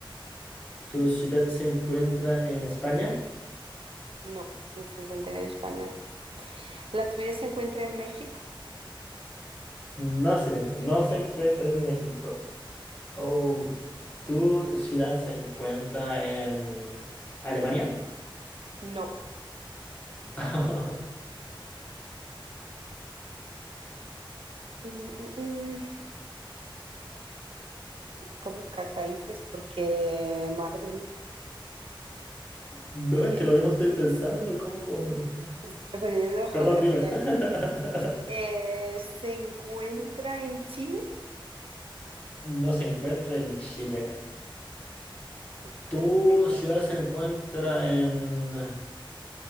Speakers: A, on the left (about 20°); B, on the right (about 85°).
A: ¿Tu ciudad se encuentra en España?
B: No, no se encuentra en España. ¿La tuya se encuentra en México?
A: No, señorita, no se encuentra en México. Oh, ¿tu ciudad se encuentra en Alemania?
B: No.
A: <laughs>
B: Mm, mm, mm. Tengo que buscar países porque, madre mía,
A: No,
B: eh,
A: es que lo mismo estoy pensando, ¿cómo?
B: estoy aprendiendo geografía
A: Perdón, dime.
B: yo aquí.
A: <laughs>
B: Eh, ¿se encuentra en Chile?
A: No se encuentra en Chile.
B: Uf, es que
A: ¿Tu
B: Latinoamérica.
A: ciudad se encuentra en